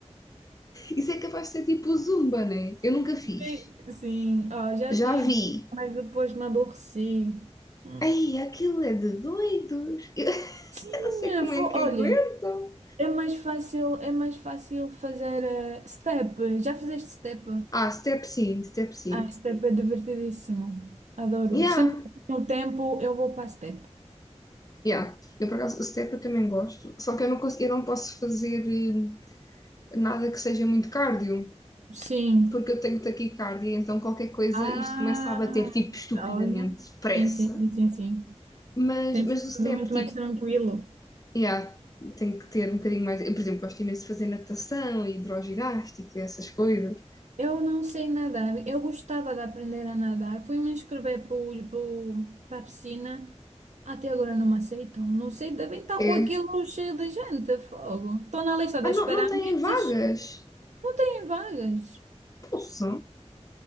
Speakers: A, on the left (about 30°); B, on the right (about 85°).
A: Isso é capaz de ser tipo o Zumba, né? Eu nunca fiz.
B: Sim, sim, ó, já
A: Já
B: fiz,
A: vi.
B: um, mas depois me aborreci. Hum.
A: Ai, aquilo é de doidos. <laughs>
B: Sim,
A: Eu não sei
B: eh,
A: como
B: fo-
A: é que
B: olha,
A: aguentam.
B: é mais fácil, é mais fácil fazer eh, step. Já fizeste step?
A: Ah, step sim, step sim.
B: Ah, step é divertidíssimo. Adoro.
A: Yeah.
B: Sempre que tenho tempo, eu vou para step.
A: Yeah. Eu, por acaso, step eu também gosto, só que eu não, cons- eu não posso fazer eh, nada que seja muito cardio,
B: Sim.
A: porque eu tenho taquicardia, então qualquer coisa
B: Ah,
A: isto começa a bater, tipo, estupidamente
B: olha.
A: depressa.
B: Sim, sim, sim, sim, sim.
A: Mas,
B: Tem
A: mas
B: sido
A: o step,
B: tudo muito
A: tipo,
B: mais tranquilo.
A: yeah, tem que ter um bocadinho mais. Eu, por exemplo, gosto imenso de fazer natação, hidroginástica, essas coisas.
B: Eu não sei nadar. Eu gostava de aprender a nadar. Fui me inscrever para a piscina. Até agora não me aceitam. Não sei, devem estar
A: É.
B: com aquilo cheio de gente. Fogo. Estou na lista da
A: Ah,
B: espera
A: não, não têm
B: há meses.
A: vagas?
B: Não têm vagas.
A: Poxa.